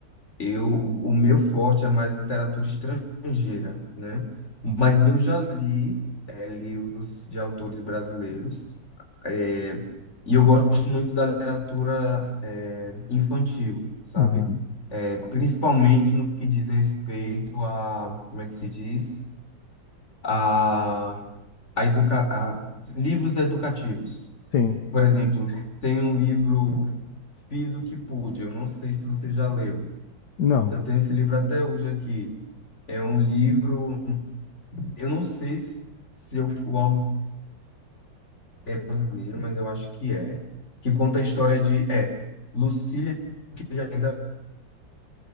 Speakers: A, on the left (about 35°); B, on the left (about 60°).
A: eu, o o meu forte é mais literatura estrangeira, né? Mas eu já li é, livros de autores brasileiros, é, e eu gosto muito da literatura é, infantil, sabe?
B: Uhum.
A: É, principalmente no que diz respeito a, como é que se diz? a a educa a, livros educativos.
B: Sim.
A: Por exemplo, tem um livro Fiz o que pude. Eu não sei se você já leu.
B: Não.
A: Eu tenho esse livro até hoje aqui. É um livro, eu não sei se, se eu- o autor é brasileiro, mas eu acho que é, que conta a história de é Lucília, que já é, da-